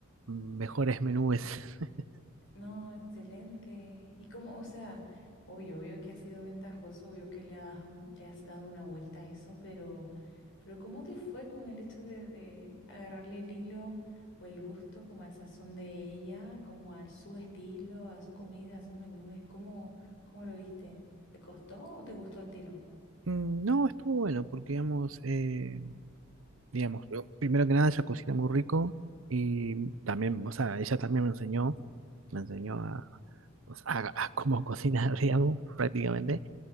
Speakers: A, on the right (about 70°); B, on the left (about 60°).
A: mejores menús. <laughs>
B: No, excelente. Y como, o sea, obvio, obvio que ha sido ventajoso, obvio que le has, un- le has dado una vuelta a eso, pero, pero ¿cómo te fue con el hecho de, de agarrarle el hilo o el gusto como al sazón de ella, como a su estilo, a su comida, a sus menús? ¿Cómo, cómo lo viste? ¿Te costó o te gustó al tiro? <laughs>
A: No, estuvo bueno porque, digamos, eh, digamos, yo, primero que nada ella cocina muy rico y también, o sea, ella también me enseñó, me enseñó a, o sea, a- a cómo cocinar, <laughs> digamos, prácticamente.